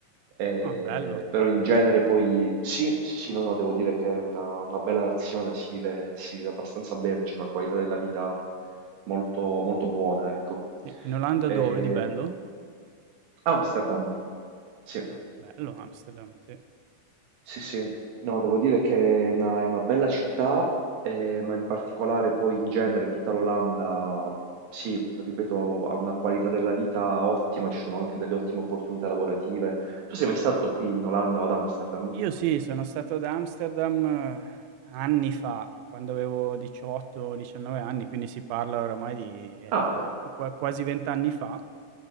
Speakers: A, on the right (about 75°); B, on the right (about 80°).
A: Eh,
B: Ah, bello.
A: però in genere poi sì, sì, sì, no, devo dire che è una, una bella nazione, si vive, si vive abbastanza bene, c'è una qualità della vita molto, molto buona, ecco.
B: Sì, in Olanda
A: Ehm,
B: dove di bello?
A: Amsterdam, sì.
B: Ah, bello Amsterdam, sì.
A: Sì, sì, no, devo dire che è una, è una bella città, eh, ma in particolare poi in genere tutta l'Olanda, sì, ripeto, ha una qualità della vita ottima, ci sono anche delle ottime opportunità lavorative. Tu sei mai stato qui in Olanda o ad Amsterdam?
B: Io sì, sono stato ad Amsterdam eh, anni fa, quando avevo 18, 19 anni, quindi si parla oramai di, eh,
A: Ah,
B: son
A: beh,
B: qua quasi 20 anni fa.